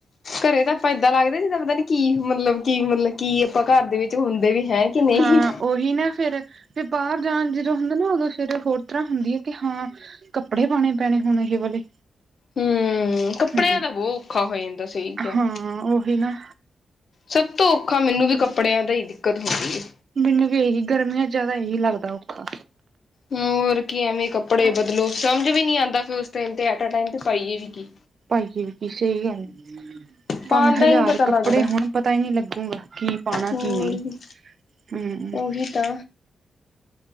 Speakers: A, on the left (about 50°); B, on the right (about 45°).
A: ਘਰੇ ਤਾ ਆਪਾ ਏਦਾ ਲੱਗਦੇ ਜਿੱਦਾ ਪਤਾ ਨੀ ਕੀ ਮਤਲਬ ਕੀ ਮਤਲਬ ਕੀ ਅਪਾ ਕਾਰ ਦੇ ਵਿੱਚ ਹੁੰਦੇ ਵੀ ਹੈ। ਕਿ ਨਹੀਂ
B: ਹਾਂ। ਓਹੀ ਨਾ ਫੇਰ, ਫੇਰ ਬਾਹਰ ਜਾਣ ਜਿਦੋ ਹੁੰਦਾ ਨਾ ਉਦੋ ਫਿਰ ਹੋਰ ਤਰ੍ਹਾ ਹੁੰਦੀ ਏ ਕਿ ਹਾਂ ਕੱਪੜੇ ਪਾਣੇ ਪੈਣੇ ਹੁਣ ਏਹ ਵਾਲੇ।
A: ਹਮ ਕੱਪੜਿਆਂ
B: ਹਮ-ਹਮ
A: ਦਾ ਬਹੁਤ ਔਖਾ ਹੋ ਜਾਂਦਾ ਸਹੀ ਕਿਹਾ
B: ਹਾਂ ਉਹੀ ਨਾ।
A: ਸਭ ਤੋ ਔਖਾ ਮੈਨੂੰ ਵੀ ਕੱਪੜੇਆ ਦਾ ਈ ਦਿੱਕਤ ਹੁੰਦੀ ਏ।
B: ਮੈਨੂੰ ਵੀ ਏਹੀ ਗਰਮੀਆ ਚ ਜਿਆਦਾ ਏਹੀ ਲੱਗਦਾ ਔਖਾ।
A: ਹੋਰ ਕੀ ਐਵੇ ਈ ਕੱਪੜੇ ਬਦਲੋ, ਸਮਝ ਵੀ ਨੀ ਆਂਦਾ ਫਿਰ ਉਸ ਟੈਸ ਤੇ ਐਟ ਅ ਟੈਮ ਤੇ ਪਾਈਏ ਵੀ ਕੀ?
B: ਪਾਈਏ ਵੀ ਕੀ ਸਈ ਗੱਲ ਏ।
A: ਪਾਉਣ
B: ਪਾਵੇ
A: ਦਾ
B: ਹਜ਼ਾਰ
A: ਹੀ ਨਹੀਂ ਪਤਾ
B: ਕੱਪੜੇ
A: ਲੱਗਦਾ
B: ਹੋਣ ਪਤਾ ਈ ਨੀ ਲੱਗੂਗਾ ਕੀ ਪਾਣਾ
A: ਹੋਰ
B: ਕੀ ਨਈ?
A: ਵੀ
B: ਹਮ।
A: ਉਹੀ ਤਾਂ